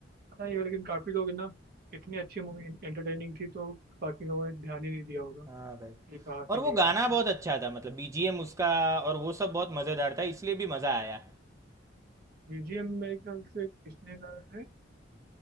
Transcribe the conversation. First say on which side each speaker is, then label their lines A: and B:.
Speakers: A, on the right; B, on the right.
A: पता नहीं लेकिन काफी लोग है ना इतनी अच्छी मूवी एंटरटेनिंग थी तो बाकी लोगों ने ध्यान ही नहीं दिया होगा
B: हाँ भाई
A: कि कहाँ
B: और
A: से लिया
B: वो गाना
A: है इसको
B: बहुत अच्छा था मतलब बीजीएम उसका और वो सब बहुत मज़ेदार था इसलिए भी मज़ा आया
A: बीजीएम मेरे ख्याल से किसने गाया है